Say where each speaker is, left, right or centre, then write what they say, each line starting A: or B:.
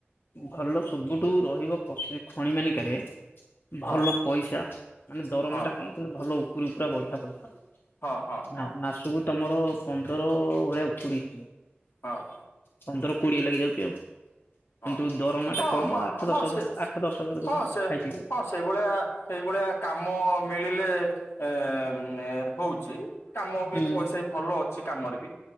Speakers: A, on the left; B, on the left.
A: ଭଲ ସବୁଠୁ ରହିବ କସୁରି ଖଣି ମାନିକାରେ ଭଲ
B: ହଁ
A: ପଇସା ମାନେ ଦରମା
B: ହଁ
A: ଟା କମ ଭଲ ଉପରି ଉପରା ବଢିଆ ପଇସା
B: ହଁ ହଁ ହଁ
A: ମା ମାସକୁ ତମର ପନ୍ଦର ଭଳିଆ ଉପୁରି
B: ହଁ।
A: ପନ୍ଦର କୋଡିଏ ଲାଗି ଯାଉଛି ଆଉ। କିନ୍ତୁ
B: ହଁ
A: ଦରମା ଟା
B: ହଁ
A: କମ
B: ମ
A: ଆଠ ଦଶ
B: ହଁ
A: ହଜାର
B: ସେ
A: ଆଠ ଦଶ ହଜାର ଦଉଛନ୍ତି
B: ହଁ ସେ
A: ଖାଇ ପିଇକି।
B: ହଁ ସେ ସେଇଭଳିଆ ସେଇ ଭଳିଆ କାମ ମିଳିଲେ ଏମ୍ ଆମ୍ ହଉଛି କାମ
A: ହୁଁ
B: ବି ପଇସା ଭଲ ଅଛି କାମରେ ବି